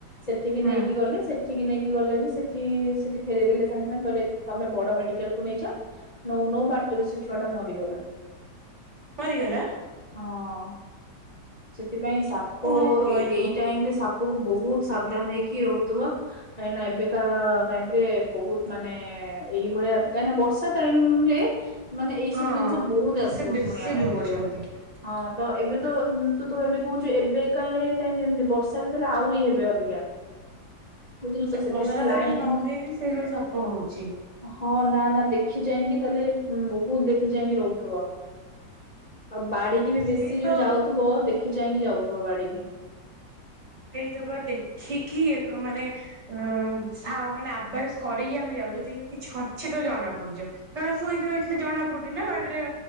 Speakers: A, on the left; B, on the right.
A: ସେଠିକି
B: ହୁଁ
A: ନେଇକି ଗଲେ ସେଠିକି ନେଇକି ଗଲେ ବି ସେ ସେଠି ଫେରଇଦେଲେ ସାଙ୍ଗେ ସାଙ୍ଗେ କହିଲେ ତମେ ବଡ ମେଡିକାଲକୁୁ ନେଇଯାଅ ନୋଉ ନଉ ବାଟରେ ସେ ଛୁଆ ଟା ମରିଗଲା।
B: ପରିଗଲା।
A: ହଁ। ସେଥିପାଇଁ ସାପ
B: କଣ କହିବ
A: ଏ ଏଇ ଟାଇମ ରେ ସା ବହୁତ ସାବଧାନ ହେଇକି ରହୁଥିବ କାହିଁକି ନା ଏବେକା ଟାଇମ ରେ ବହୁତ ମାନେ ଏଁ ଏଇଭଳିଆ କାହିଁକ ବର୍ଷା ଟାଇମ୍ ରେ ମାନେ ଏଇ
B: ହଁ
A: ସବୁ ଜିନିଷ ବହୁତ ଆସିବ
B: ସେ ବେଶୀ
A: ଶୁଣିବା ପାଇଁ
B: ବୁଲୁଛନ୍ତି
A: ପଡିବ। ହଁ ତ ଏବେ ତ ତୁ ତୁ ଏବେ କହୁଛୁ ଏବେକାଏ ଟାଇମ୍ ଯେମିତି ବର୍ଷା ହେଇଥିଲା ଆହୁରି ହେବେ ଅଧିକା। <inaudible>
B: ସେ
A: ସେଥିପାଇଁ
B: ବର୍ଷା
A: ଲାଇନ
B: ତ ଏବେ ନହେଇବି ସେଇଜୌ ସାପ ହଉଛି।
A: ହଁ ନା ନା ଦେଖିଚାଇଁକି ତାହେଲେ ବହୁତ ଦେ ଦେଖି ଯାଇକି ରହୁଥିବ <inaudible> ଆଉ ବାଡିକି ବି
B: ସେଇ
A: ବେଶି
B: ତ
A: ଯୋଉ ଯାଉଥିବ ଦେଖି ଯାଇକି ଯାଉଥିବ ବାଡିିକି।
B: ସେଇ ସ ପୁରା ଦେଖିକି ଏବେ ମାନେ ଉଁ ସାମନା ଆବାଜ କରିକି ଆମେ ଯାଉ। ଯଦି କିଛି ଅଛି ତ ଜଣା ପଡିଯାଉ କାରଣ ଶୁଇକି ରଥିଲେ ଜଣା ପଡୁନି ନା ବାଟରେ